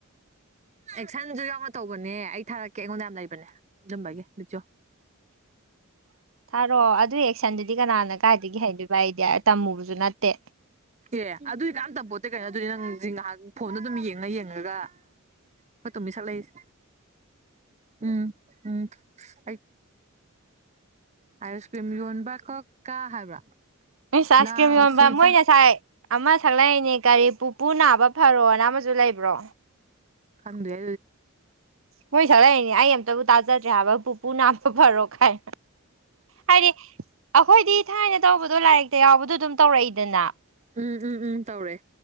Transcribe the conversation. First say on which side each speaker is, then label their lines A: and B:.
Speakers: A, on the right; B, on the right.
A: ꯑꯦꯛꯁꯟꯁꯨ ꯌꯥꯎꯅ ꯇꯧꯕꯅꯦ ꯑꯩ ꯊꯥꯔꯛꯀꯦ ꯑꯩꯉꯣꯟꯗ ꯌꯥꯝ ꯂꯩꯕꯅꯦ ꯑꯗꯨꯝꯕꯒꯤ ꯕꯤꯆꯣ
B: <inaudible> ꯊꯥꯔꯛꯑꯣ ꯑꯗꯨ ꯑꯦꯛꯁꯟꯗꯨꯗꯤ ꯀꯅꯥꯅ ꯀꯥꯏꯗꯒꯤ ꯍꯩꯗꯣꯏꯕ ꯑꯩꯗꯤ ꯇꯝꯃꯨꯕꯁꯨ ꯅꯠꯇꯦ
A: ꯑꯦ ꯑꯗꯨꯏ ꯀꯝꯇ ꯄꯣꯠꯇꯦ ꯀꯩꯅꯣ ꯑꯗꯨꯗꯤ ꯅꯪ ꯉꯥꯏꯍꯥꯛ ꯐꯣꯟꯗ ꯑꯗꯨꯝ ꯌꯦꯡꯅ ꯌꯦꯡꯉꯒ ꯍꯣꯏ ꯇꯣꯃꯤꯁꯠ ꯂꯩꯁꯦ ꯎꯝ ꯎꯝ ꯑꯩ ꯑꯌꯨꯁ ꯀ꯭ꯔꯤꯝ ꯌꯣꯟꯕ ꯀ ꯀꯥ ꯍꯥꯏꯕ꯭ꯔꯥ
B: ꯁ
A: ꯂꯥꯎ
B: ꯀ꯭ꯔꯤꯝ ꯌꯣꯟꯕ
A: ꯁꯤꯗ
B: ꯃꯣꯏꯅ ꯁꯥꯏ ꯑꯃ ꯁꯛꯂꯛꯏꯅꯦ ꯅꯦ ꯀꯔꯤ ꯄꯨꯄꯨ ꯅꯥꯕ ꯐꯔꯣꯅ ꯑꯃꯁꯨ ꯂꯩꯕ꯭ꯔꯣ
A: ꯈꯗꯦ
B: ꯃꯣꯏ ꯁꯛꯂꯛꯏꯅꯦ ꯑꯩ ꯑꯝꯇꯕꯨ ꯇꯥꯖꯗ꯭ꯔꯦ ꯍꯥꯏꯕ ꯄꯨꯄꯨ ꯅꯥꯕ ꯐꯔꯣ ꯈꯥꯏ ꯍꯥꯏꯗꯤ ꯑꯩꯈꯣꯏꯗꯤ ꯊꯥꯏꯅ ꯇꯧꯕꯗꯣ ꯂꯥꯏꯔꯤꯛꯇ ꯌꯥꯎꯕꯗꯣ ꯑꯗꯨꯝ ꯇꯧꯔꯛꯏꯗꯅ
A: ꯎꯝ ꯎꯝ ꯎꯝ ꯇꯧꯔꯦ